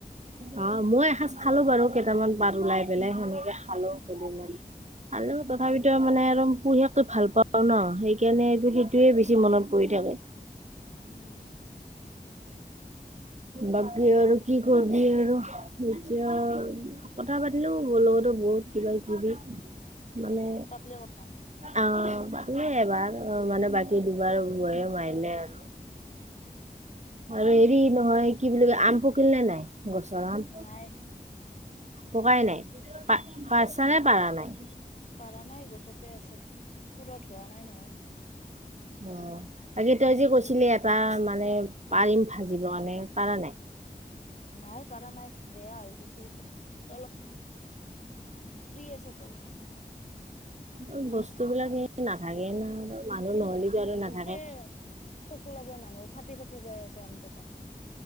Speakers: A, on the right; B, on the left.
A: অ', মই এসাঁজ চালো বাৰু কেইটামান পাট উলাই পেলাই সেনেকে খালো কেইদিনমান। ভাল তথাপিতো মানে আৰু পুহিয়ৈ ভাল পাওঁ ন' সেইকাৰণে সেইটোৱে বেছি মনত পৰি থাকে।
B: উম
A: বাকী আৰু কি কৰ আৰু এতিয়া কথা পাতিলেও বও <unintelligible> লগতো বহুত কিবা কিবি মানে
B: পাতলি কথা
A: আহ পাতিলোঁ এবাৰ মানে বাকী দুবাৰ বয়ে মাৰিলে আৰু। আৰু হেৰি নহয় কি বুলি কয় আম পকিল নে নাই? গছৰ আম।
B: নাই
A: ককাই নাই প পাৰছা নে পাৰা নাই?
B: পাৰা নাই গছতে আছে পুৰত হোৱা নাই নহয়।
A: অ' বাকি তই যে কৈছিলি এটা মানে পাৰিম ভাজিবৰ কাৰণে পাৰা নাই? <inaudible>
B: নাই পাৰা নাই বেয়া হৈ গৈছে সেইটো। আছে তলত
A: উম, বস্তুবিলাক সেই নাথাকে না মানুহ নহ'লেতো আৰু
B: হে
A: নাথাকে
B: সেই আৰু। চকু লাগে মানুহৰ ফাটি ফাটি যাই আছে আমকেইটা।